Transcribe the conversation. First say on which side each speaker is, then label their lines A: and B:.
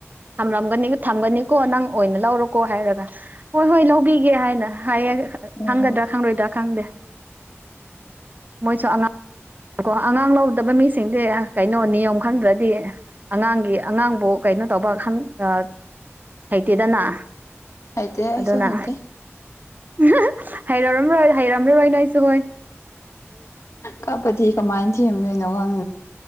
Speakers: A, on the right; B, on the left.
A: ꯊꯝꯔꯝꯒꯅꯤ ꯊꯝꯒꯅꯤꯀꯣ ꯅꯪ ꯑꯣꯏꯅ ꯂꯧꯔꯣꯀꯣ ꯍꯥꯏꯔꯒ ꯍꯣꯏ ꯍꯣꯏ ꯂꯧꯕꯤꯒꯦ ꯍꯥꯏꯅ ꯍꯥꯏꯌꯦ
B: ꯑꯣ
A: ꯈꯪꯒꯗ꯭ꯔꯥ ꯈꯪꯪꯂꯣꯏꯗ꯭ꯔꯥ ꯈꯪꯗꯦ ꯃꯣꯏꯁꯨ ꯑꯉꯥꯡ ꯀꯣ ꯑꯉꯥꯡ ꯂꯧꯗꯕ ꯃꯤꯁꯤꯡꯗꯤ ꯀꯩꯅꯣ ꯅꯤꯌꯣꯝ ꯈꯪꯗ꯭ꯔꯗꯤ ꯑꯉꯥꯡꯒꯤ ꯑꯉꯥꯡꯕꯨ ꯀꯩꯅꯣ ꯇꯧꯕ ꯈꯪ ꯑ ꯍꯩꯇꯦꯗꯅꯥ
B: ꯍꯩꯇꯦ ꯑꯩꯁꯨ
A: ꯑꯗꯨꯅ
B: ꯍꯩꯇꯦ
A: <unintelligible> ꯍꯩꯔꯔꯝꯔꯣꯏ ꯍꯩꯔꯝꯔꯔꯣꯏ ꯅꯣꯏ ꯁꯨ ꯍꯣꯏ
B: ꯀꯞꯄꯗꯤ ꯀꯃꯥꯏ ꯊꯦꯝꯗꯨꯏꯅꯣ ꯈꯪ